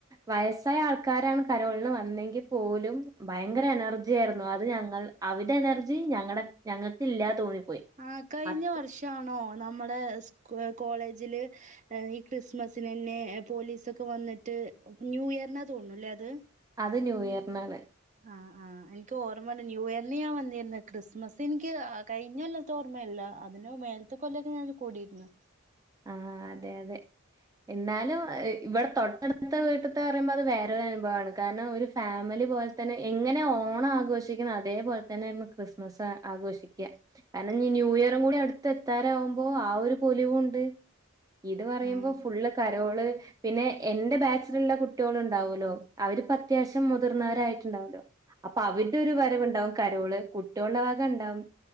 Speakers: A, on the right; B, on the right.
A: വയസ്സായ ആൾക്കാരാണ് കരോളിന് വന്നെങ്കിൽ പോലും ഭയങ്കര എനർജി ആയിരുന്നു അത് ഞങ്ങൾ അവരടെ എനർജി ഞങ്ങളടെ ഞങ്ങൾക്ക് ഇല്ലാതെ തോന്നിപ്പോയി
B: ആഹ കഴിഞ്ഞ
A: അ-
B: വർഷമാണോ നമ്മടെ സ് കോളേജില് ഈ ക്രിസ്മസിിന തന്നെ പോലീസൊക്കെ വന്നിട്ട് ന്യൂ ഇയറിനാ തോന്നല്ലേ അത്
A: അത് ന്യൂ ഇയറിനാണ്
B: ആഹ് ആഹ് എനിക്ക് ഓർമ്മയല്ല ന്യൂ ഇയറിന് ഞൻ വന്നിരന്ന് ക്രിസ്മസ് എനിക്ക് കഴിഞ്ഞല്ലാത്ത ഓർമയല്ല അതിനന് മേൽ ഇത്തെ കൊല്ലൊക്ക ഞാനൻ കൂടിയിരുന്നു
A: ആഹ് അതെ അതെ എന്നാലും ഇവിടെ തൊട്ടടുത്ത വീട്ടത്തെ പറയുമ്പോ അത് വേറൊരു അനുഭവമാണ് കാരണം ഒരു ഫാമിലി പോലെ തന്നെ എങ്ങനെ ഓണം ആഘോഷിക്കുന്ന അതേപോലെ തന്നെരുന്നു ക്രിസ്മസ് ആഘോഷിക്കുക കാരണം ന്യൂ ഇയറും കൂടി അടുത്ത് എത്താരാവുമ്പോ ആഹ ഒരു പൊലിവുണ്ട് ഇത് പറയുമ്പോ
B: ആഹ്
A: ഫുള്ള് കരോള് പിന്നെ എന്റെ ബാച്ചിലറ ഉള്ള കുട്ടികള ഉണ്ടാവല്ലോ അവര്പ്പോ അത്യാവശ്യം മുതിർന്നവരായിയിട്ടുണ്ടാവല്ലോ അപ്പൊ അവരുടെ ഒരു വരവണ്ടാവും കരോള് കുടട്ടിയോള്ള ഭാഗ ഉണ്ടാവും